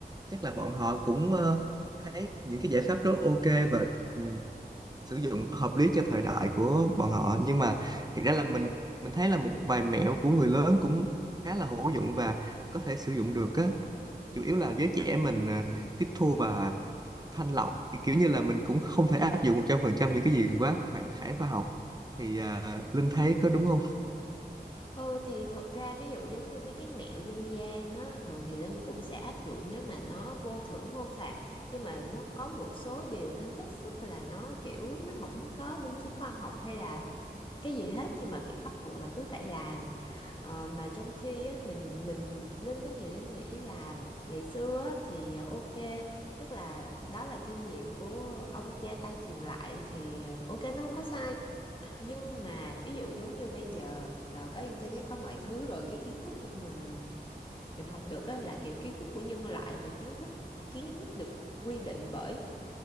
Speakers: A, on the right; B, on the left.
A: chắc là bọn họ cũng ờ, thấy những cái giải pháp đó ok và ừ, sử dụng hợp lý cho thời đại của bọn họ nhưng mà thiệt ra là mình mình thấy là một vài mẹo của người lớn cũng khá là hữu dụng và có thể sử dụng được á chủ yếu là giới trẻ mình ờ, tiếp thu và thanh lọc kiểu như là mình cũng không thể áp dụng một trăm phần trăm những cái gì quá phản, phản khoa học thì à, Linh thấy có đúng không
B: Ừ thì thật ra ví dụ giống như mấy cái mẹo dân gian á thường thì Linh cũng sẽ áp dụng nếu mà nó vô thưởng vô phạt nhưng mà nó có một số điều nó hết sức là nó kiểu nó không có minh chứng khoa học hay là cái gì hết nhưng mà kiểu bắt buộc là cứ phải làm Ờ, mà trong khi á, mình mình Linh á, thì Linh nghĩ là ngày xưa á, thì ờ, ok tức là đó là kinh nghiệm của ông cha ta truyền lại thì ờ, ok nó không có sai nhưng mà ví dụ giống như bây giờ ờ, có internet có mọi thứ rồi cái kiến thức của mà mình mình học được á, là kiểu kiến thức của nhân loại mà kiến thức kiến thức được quy định bởi